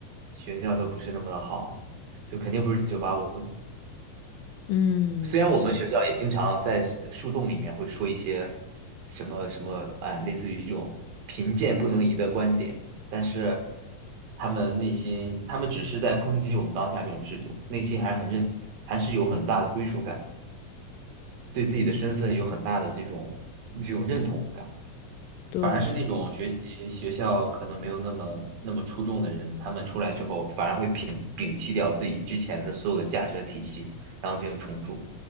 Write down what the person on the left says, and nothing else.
<laughs> 嗯，
对。